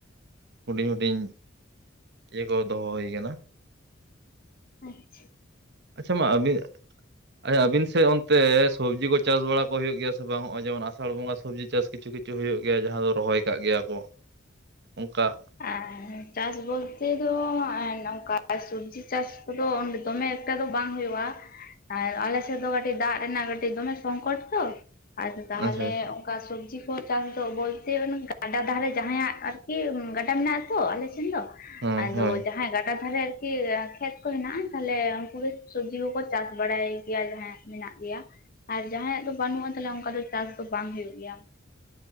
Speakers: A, on the right; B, on the left.
A: ᱦᱩᱰᱤᱧ ᱦᱩᱰᱤᱧ ᱤᱭᱟᱹ ᱠᱚ ᱫᱚᱦᱚ ᱦᱩᱭ ᱠᱟᱱᱟ᱾
B: ᱟᱪᱪᱷᱟ
A: ᱟᱪᱪᱷᱟ ᱢᱟ ᱟᱹᱵᱤᱱᱼᱼ ᱟᱪᱪᱷᱟ ᱟᱹᱵᱤᱱ ᱥᱮᱫ ᱚᱱᱛᱮ ᱥᱚᱵᱽᱡᱤ ᱠᱚ ᱪᱟᱥ ᱵᱟᱲᱟ ᱠᱚ ᱦᱩᱭᱩᱜ ᱜᱮᱭᱟ ᱥᱮ ᱵᱟᱝᱼᱚᱭ ᱡᱮᱢᱚᱱ ᱟᱥᱟᱲ ᱵᱚᱸᱜᱟᱼᱼ ᱥᱚᱵᱽᱡᱤ ᱪᱟᱥ ᱠᱤᱪᱷᱩ ᱠᱤᱪᱷᱩ ᱦᱩᱭᱩᱜ ᱜᱮᱭᱟ ᱡᱟᱦᱟᱸ ᱫᱚ ᱨᱚᱦᱚᱭ ᱠᱟᱜ ᱜᱮᱭᱟ ᱠᱚ ᱚᱱᱠᱟ ᱾
B: ᱮ ᱪᱟᱥ ᱵᱚᱞᱛᱮ ᱫᱚ ᱟᱨ ᱱᱚᱝᱠᱟ ᱟᱨ ᱥᱚᱵᱽᱡᱤ ᱪᱟᱥ ᱠᱚᱫᱚ ᱫᱚᱢᱮ ᱮᱠᱴᱟ ᱫᱚ ᱵᱟᱝ ᱦᱩᱭᱩᱜᱼᱟ ᱾ ᱟᱨ ᱟᱞᱮ ᱥᱮᱫ ᱫᱚ ᱠᱟᱹᱴᱤᱡ ᱫᱟᱜ ᱨᱮᱱᱟᱜ ᱠᱟᱹᱴᱤᱡ ᱫᱚᱢᱮ ᱥᱚᱝᱠᱚᱴ ᱛᱚ ᱟᱫᱚ ᱛᱟᱦᱞᱮ
A: ᱟᱪᱪᱷᱟ ᱟᱪᱪᱷᱟ
B: ᱚᱱ ᱚᱱᱠᱟ ᱥᱚᱵᱽᱡᱤ ᱠᱚ ᱪᱟᱥ ᱫᱚ ᱵᱚᱞᱛᱮ ᱚᱱᱮ ᱜᱟᱰᱟ ᱫᱟᱨᱮ ᱡᱟᱦᱟᱸᱭᱟᱜ ᱟᱨᱠᱤ ᱜᱟᱰᱟ ᱢᱮᱱᱟᱜᱼᱟ ᱛᱚ ᱟᱞᱮ ᱥᱮᱱ ᱫᱚ
A: ᱦᱚᱸ
B: ᱟᱫᱚ
A: ᱦᱳᱭ
B: ᱡᱟᱦᱟᱸᱭ ᱜᱟᱰᱟ ᱫᱷᱟᱨᱮ ᱟᱨᱠᱤ ᱠᱷᱮᱛ ᱠᱚ ᱦᱮᱱᱟᱜᱼᱟ, ᱛᱟᱦᱞᱮ ᱩᱱᱠᱩ ᱜᱮ ᱥᱚᱵᱽᱡᱤ ᱠᱚᱠᱚ ᱪᱟᱥ ᱵᱟᱲᱟᱭ ᱜᱮᱭᱟ ᱡᱟᱦᱟᱸᱭᱟᱜ ᱢᱮᱱᱟᱜ ᱜᱮᱭᱟ ᱾ ᱟᱨ ᱡᱟᱦᱟᱸᱭᱟᱜ ᱫᱚ ᱵᱟᱹᱱᱩᱜᱼᱟ ᱛᱟᱞᱚᱞᱮ ᱚᱱᱠᱟ ᱫᱚ ᱪᱟᱥ ᱫᱚ ᱵᱟᱝ ᱦᱩᱭᱩᱜ ᱜᱮᱭᱟ ᱾